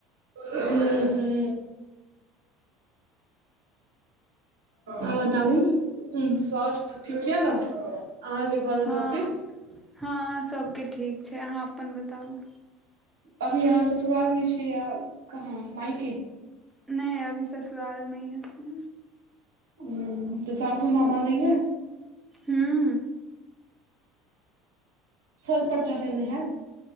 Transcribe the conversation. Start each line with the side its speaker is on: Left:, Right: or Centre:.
Right: हू हू। आ बताबू स्वास्थ ठीक य ने अहाँके घर मे
Centre: हँ
Right: सबके।
Centre: हँ सबके ठीक छै अहाँ अपन बताबू।
Right: अभी अहाँ ससुराल मे छियै या कहाँ माइके।
Centre: नहि अभी ससुराल में हि हथिन।
Right: ह्म्म तऽ सासूमाँ मानहि यै।
Centre: हूँ।
Right: सर पर चढ़ेनेे हैत।